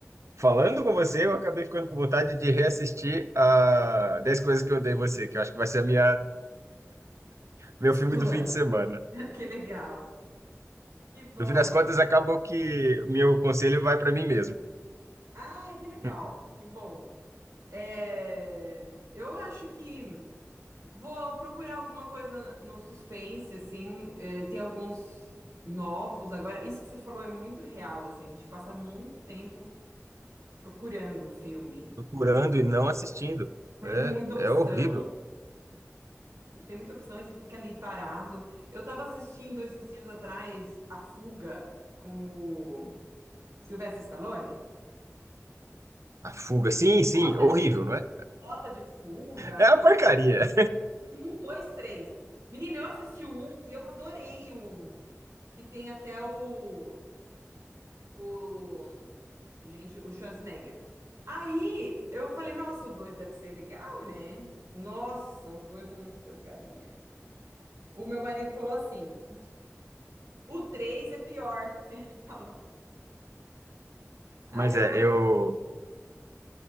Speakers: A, on the right; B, on the right.
A: falando com você, eu acabei ficando com vontade de reassistir a 10 coisas que eu dei você, que eu acho que vai ser a minha, meu
B: Sua.
A: filme do fim de semana.
B: <laughs> Que legal. Que bom.
A: No fim das contas,
B: que le-
A: acabou que meu conselho vai para mim mesmo,
B: Ai, que legal.
A: <laughs>
B: Que bom. É, eu acho que vou procurar alguma coisa no suspense, assim. é, tem alguns novos. Agora, isso que você falou é muito real, assim. A gente passa muito tempo procurando um filme,
A: procurando e não assistindo.
B: porque
A: É,
B: tem muita opção.
A: é horrível.
B: você Tem muita opção e você fica ali parado. Eu tava assistindo esses dias atrás A Fuga com o Sylvester Stallone.
A: A fuga, sim, sim,
B: Rota
A: horrível,
B: de,
A: não é?
B: rota de fuga,
A: É
B: fuga.
A: uma porcaria.
B: Tem Um, dois, três. Menina, eu assisti o um e eu adorei o um. que tem até o, o, gente, o Schwarzenegger. Aí eu falei, nossa, o 2 deve ser legal, né? Nossa, o 2 é muito porcaria. O meu marido falou assim: o 3 é pior. <laughs> Ele falou. Aí
A: Mas
B: eu
A: é,
B: falei,
A: eu,